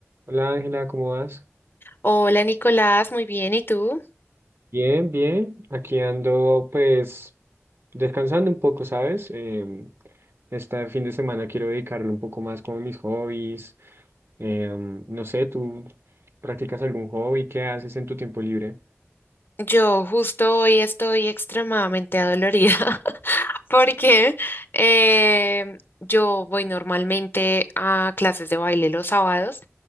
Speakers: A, on the right; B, on the left.
A: Hola Ángela, ¿cómo vas?
B: Hola Nicolás, muy bien, ¿y tú?
A: Bien, bien. Aquí ando pues descansando un poco, ¿sabes? Em, este fin de semana quiero dedicarle un poco más como a mis hobbies. Em, no sé, ¿tú practicas algún hobby? ¿Qué haces en tu tiempo libre?
B: Yo justo hoy estoy extremadamente adolorida <laughs> porque eh, yo voy normalmente a clases de baile los sábados